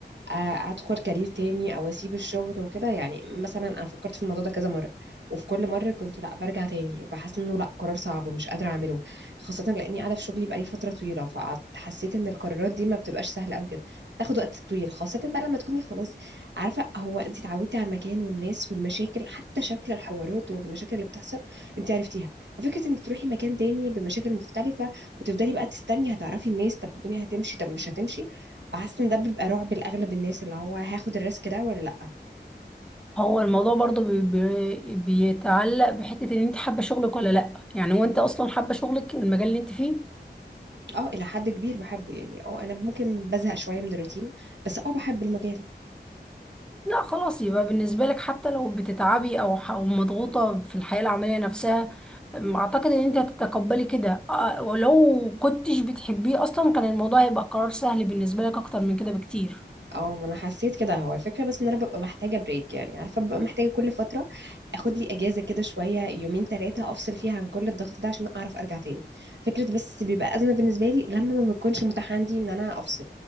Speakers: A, on the right; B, in the centre.
A: آه، ادخل كارير تاني او اسيب الشغل وكده يعني مثلا انا فكرت في الموضوع ده كذا مره وفي كل مره كنت لا برجع تاني بحس انه لا قرار صعب ومش قادره اعمله خاصه لاني قاعده في شغلي بقالي فتره طويله فحسيت ان القرارات دي ما بتبقاش سهله قوي كده بتاخد وقت طويل خاصه بقى لما تكوني خلاص عارفه هو انت اتعودتي على المكان والناس والمشاكل حتى شكل الحوارات والمشاكل اللي بتحصل انت عرفتيها ففكره انك تروحي مكان تاني بمشاكل مختلفه وتفضلي بقى تستني هتعرفي الناس طب الدنيا هتمشي طب مش هتمشي فحاسه ان ده بيبقى رعب لاغلب الناس اللي هو هاخد الريسك ده ولا لا
B: هو الموضوع برضو بي بي بيتعلق بحتة ان انت حابة شغلك ولا لا يعني وانت اصلا حابة شغلك المجال اللي انت فيه
A: اه الى حد كبير بحبه يعني اه انا ممكن بزهق شويه من الروتين بس اه بحب المجال
B: لا خلاص يبقى بالنسبة لك حتى لو بتتعبي او ح- أو مضغوطة في الحياة العملية نفسها أم، اعتقد ان انت هتتقبلي كده آه، ولو كنتش بتحبيه اصلا كان الموضوع هيبقى قرار سهل بالنسبة لك اكتر من كده بكتير
A: اه ما انا حسيت كده هو الفكره بس ان انا ببقى محتاجه بريك يعني عارفه ببقى محتاجه كل فتره اخد لي اجازه كده شويه يومين ثلاثه افصل فيها عن كل الضغط ده عشان اعرف ارجع تاني فكره بس بيبقى ازمه بالنسبه لي لما ما بيكونش متاح عندي ان انا افصل